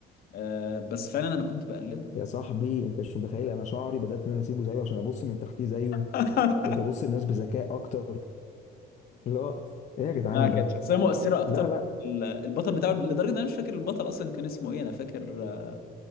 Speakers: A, on the left; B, on the left.
A: أه بس فعلا انا كنت بقلده
B: يا صاحبي انت مش متخيل انا شعري بدات ان انا اسيبه زيه عشان ابص من تحتيه زيه
A: <laughs>
B: بقيت ابص للناس بذكاء اكتر اللي هو ايه يا جدعان
A: لا كانت
B: ده
A: شخصيه مؤثره اكتر
B: لا لا
A: ال- البطل بتاعه لدرجه ان انا مش فاكر البطل اصلا كان اسمه ايه انا فاكر آه،